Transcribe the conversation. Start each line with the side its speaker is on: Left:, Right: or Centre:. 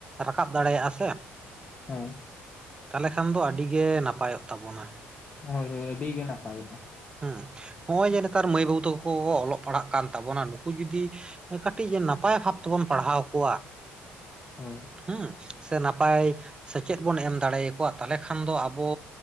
Right: ᱨᱟᱠᱟᱵ ᱫᱟᱲᱮᱭᱟᱜᱼᱟ ᱥᱮ,
Left: ᱦᱳᱭ᱾
Right: ᱛᱟᱦᱮᱞᱮ ᱠᱷᱟᱱ ᱫᱚ ᱟᱹᱰᱤᱜᱮ ᱱᱟᱯᱟᱭᱼᱚᱜ ᱛᱟᱵᱚᱱᱟ᱾
Left: ᱦᱳᱭ ᱦᱳᱭ ᱟᱹᱰᱤ ᱜᱮ ᱱᱟᱯᱟᱭᱚᱜᱼᱟ᱾
Right: ᱦᱩᱸ ᱦᱚᱸᱜᱼᱚᱭ ᱡᱮ ᱱᱮᱛᱟᱨ ᱢᱟᱹᱭ ᱵᱟᱹᱵᱩ ᱛᱟᱠᱚ ᱠᱚ ᱚᱞᱚᱜ ᱯᱟᱲᱦᱟᱜ ᱠᱟᱱ ᱛᱟᱵᱚᱱᱟ ᱱᱩᱠᱩ ᱡᱩᱫᱤᱼᱼ ᱠᱟᱹᱴᱤᱡ ᱱᱟᱯᱟᱭ ᱵᱷᱟᱵ ᱛᱮᱵᱚᱱ ᱯᱟᱲᱦᱟᱣ ᱠᱚᱣᱟ,
Left: ᱦᱳᱭ᱾
Right: ᱦᱩᱸ ᱥᱮ ᱱᱟᱯᱟᱭ ᱥᱮᱪᱮᱫ ᱵᱚᱱ ᱮᱢ ᱫᱟᱲᱮ ᱟᱠᱚᱣᱟ ᱛᱟᱦᱮᱞᱮ ᱠᱷᱟᱱ ᱫᱚ ᱟᱵᱚᱼᱼ